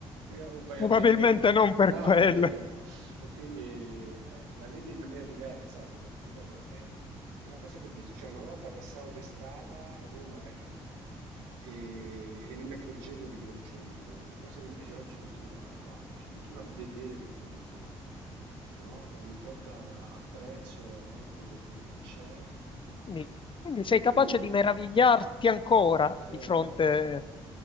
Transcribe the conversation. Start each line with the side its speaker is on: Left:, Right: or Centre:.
Right: o vai
Left: Probabilmente
Right: a vedere...
Left: non per
Right: No,
Left: quello.
Right: capito? E quindi eh, la vivi in maniera diversa, ecco, ripeto, è, è una cosa che ho visto, cioè una volta passavo per strada a Roma... eh, e, e non mi accorgevo di quello che c'avevo intorno, cosa che invece oggi continuo a fare, cioè continuo a vedere quello che ho intorno, no? E ogni volta apprezzo, no, quello, quello che c'è
Left: Quindi, quindi
Right: ed
Left: sei
Right: è incredibile.
Left: capace di meravigliarti ancora
Right: C'è,
Left: di fronte,